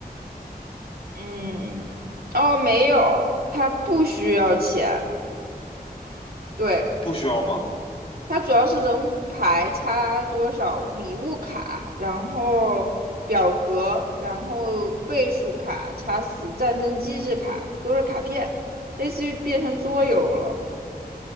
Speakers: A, on the right; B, on the left.
A: 嗯，哦，没有，他不需要钱，对，
B: 不需要吗？
A: 它主要是人物牌差多少，礼物卡，然后表格，然后倍数卡、差死战争机制卡，都是卡片，类似于变成桌游了。